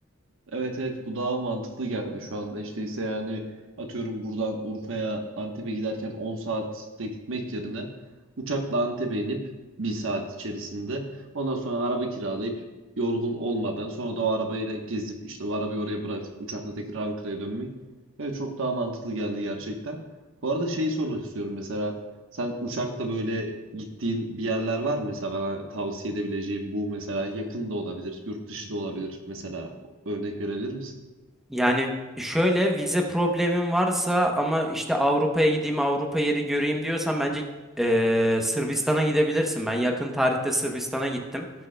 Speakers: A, on the right; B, in the centre.
A: Evet evet bu daha mantıklı geldi şu anda. İşte ise yani atıyorum buradan Urfa'ya Antep'e giderken 10 saatte gitmek yerine uçakla Antep'e inip bir saat içerisinde ondan sonra araba kiralayıp yorgun olmadan sonra da o arabayla gezip işte o arabayı oraya bırakıp uçakla tekrar Ankara'ya dönmek. Evet çok daha mantıklı geldi gerçekten. Bu arada şeyi sormak istiyorum mesela sen uçakta böyle gittiğin bir yerler var mı mesela bana tavsiye edebileceğim bu mesela yakın da olabilir yurt dışı da olabilir mesela Örnek verebilir misin?
B: Yani şöyle vize problemin varsa ama işte Avrupa'ya gideyim Avrupa yeri göreyim diyorsan bence eee, Sırbistan'a gidebilirsin. Ben yakın tarihte Sırbistan'a gittim.